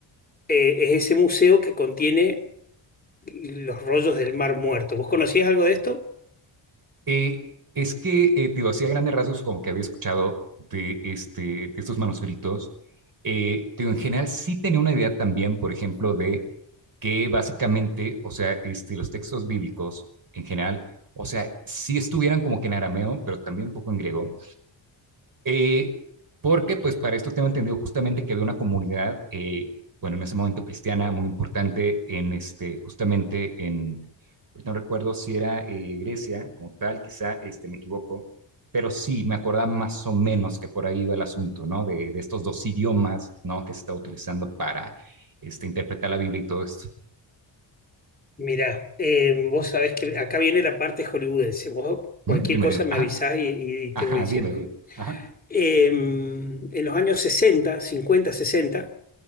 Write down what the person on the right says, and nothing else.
Eh, es que, eh, te digo, así a grandes rasgos, como que había escuchado de, este, de estos manuscritos, eh, te digo, en general sí tenía una idea también, por ejemplo, de que básicamente, o sea, este, los textos bíblicos en general, o sea, sí estuvieran como que en arameo, pero también un poco en griego, eh, porque pues para esto tengo entendido justamente que había una comunidad, eh, bueno, en ese momento cristiana muy importante en este, justamente en, no recuerdo si era eh, Grecia como tal, quizá este, me equivoco, pero sí me acordaba más o menos que por ahí iba el asunto, ¿no? De, de estos dos idiomas, ¿no? Que se está utilizando para este, interpretar la Biblia y todo esto.
Mm,
Dime,
dime.
Ajá,
ajá,
dime, dime. Ajá.